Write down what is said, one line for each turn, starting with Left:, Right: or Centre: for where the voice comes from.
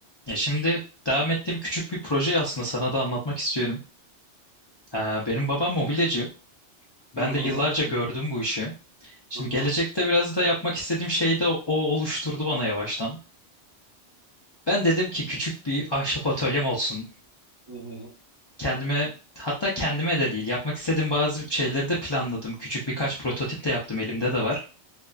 Left: Ya şimdi devam ettiğim küçük bir projeyi aslında sana da anlatmak istiyorum. Ee, benim babam mobilyacı. Ben
Right: Hı hı.
Left: de yıllarca gördüm bu işi. Şimdi
Right: Hı hı.
Left: gelecekte biraz da yapmak istediğim şeyi de o oluşturdu bana yavaştan. Ben dedim ki küçük bir ahşap atölyem olsun.
Right: Hı hı.
Left: Kendime hatta kendime de değil yapmak istediğim bazı şeyleri de planladım. Küçük birkaç prototip de yaptım elimde de var.